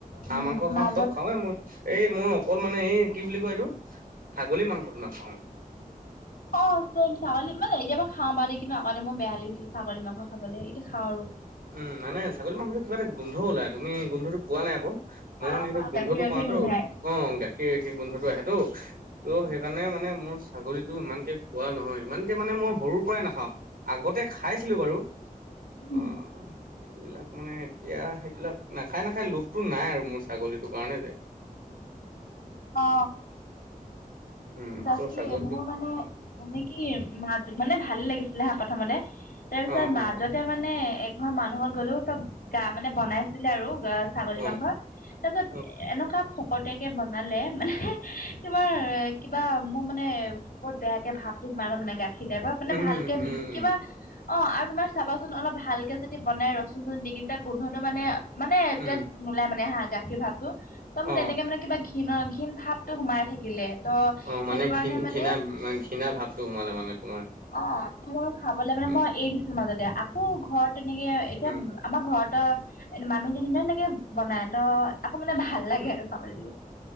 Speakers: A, on the right; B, on the left.
A: হাঁহ
B: উম
A: মাংস খাওঁ,
B: মাজত
A: চব খাওঁয়ে মই এই মই অকল মানে এই কি বুলি কয় এইটো ছাগলী মাংস নাখাওঁ
B: অ চম ছাগলী মানে এতিয়া মই খাওঁ বাৰু কিন্তু আগতে মোক বেয়া লাগিছিল ছাগলী মাংস খাবলৈ এতিয়া খাওঁ আৰু
A: উম মানে ছাগলী মাংসটো কিবা এটা গোন্ধ ওলায় তুমি গোন্ধটো পোৱা নাই আকৌ মই
B: পাও
A: মানে সেইটো
B: পাও
A: গোন্ধটো
B: গাখীৰ গাখীৰ
A: পাওঁ তো
B: গোন্ধাই
A: অ গাখীৰ গাখীৰ গোন্ধটো আহেতো ত'
B: উম
A: সেইকাৰণে মানে মোৰ ছাগলীটো ইমানকে কোৱা নহয় ইমানকে মানে মই সৰুৰ পৰাই নাখাও। আগতে খাইছিলোঁ বাৰু
B: উম
A: অ এইবিলাক মানে এতিয়া সেইবিলাক নাখায় নাখায় লোভটো নাই আৰু মোৰ ছাগলীটোৰ কাৰণে যে <unintelligible>
B: অ
A: উম
B: তাকে
A: ত' ছাগলীটোক
B: মোৰ মানে এনে কি মাছ মানে ভালে লাগিছিলে হা প্ৰথমতে তাৰপিছত
A: অ
B: মাছ
A: অ
B: যতে মানে এঘৰ মানুহত গ'লো গা মানে বনাইছিলে আৰু গা ছাগলী
A: অ
B: মাংস তাৰ পিছত
A: অ
B: এনেকুৱা ফকতীয়াকে বন বনালে মানে তোমাৰ কিবা মোৰ মানে বহুত বেয়াকে ভাবটো সোমালে মানে গাখীৰ টাইপৰ মানে
A: উম
B: ভালকে
A: উম উম
B: কিবা অ আৰু তোমাৰ চাবাচোন অলপ ভালকে যদি বনাই ৰচুন ৰচুন দি কেইটা গোন্ধটো মানে মানে এতিয়া
A: উম
B: নোলাই মানে হা গাখীৰ ভাতটো ত'
A: অ
B: এনেকে মানে কিবা ঘীণৰ ঘীণ ভাৱতো সোমাই থাকিলে ত
A: অ মানে
B: সেইটো কাৰণে
A: ঘিণ
B: মানে
A: ঘৃণা ঘৃণা ভাৱটো সোমালে মানে তোমাৰ
B: অ তোমাৰ খাবলৈ মানে মই
A: অ
B: এৰি দিছিলো মাজতে আকৌ ঘৰত তেনেকে এতিয়া
A: উম
B: আমাৰ ঘৰত এ মামি যদি ইমাননেকে বনাই ত আকৌ মানে ভাল
A: উম
B: লাগে আৰু খাবলৈ